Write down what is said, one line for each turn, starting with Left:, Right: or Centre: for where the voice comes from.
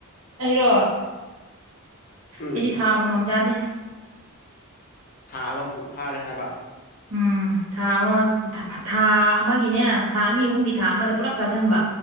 Right: ꯑꯩꯔꯣ
Left: ꯎꯝ
Right: ꯑꯩꯗꯤ ꯊꯥ ꯑꯃꯝꯃꯝ ꯆꯥꯗꯦ
Left: ꯊꯥ ꯑꯃ ꯐꯨꯛ ꯐꯥꯔꯦ ꯍꯥꯏꯕ
Right: ꯎꯝ ꯊꯥ ꯑꯃ ꯊꯥ ꯑꯃꯒꯤꯅꯦ ꯊꯥ ꯑꯅꯤ ꯑꯍꯨꯝꯒꯤ ꯊꯥ ꯑꯃꯗ ꯄꯨꯂꯞ ꯆꯥꯁꯤꯟꯕ